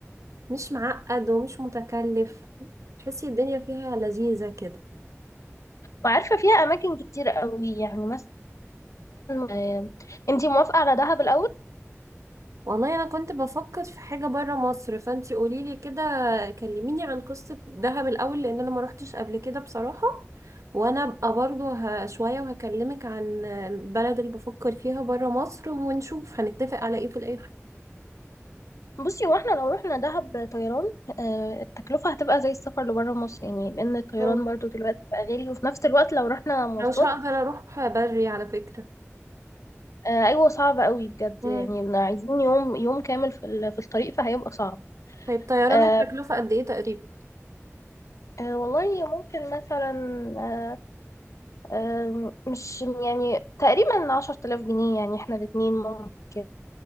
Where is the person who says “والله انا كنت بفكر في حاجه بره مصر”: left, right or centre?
Right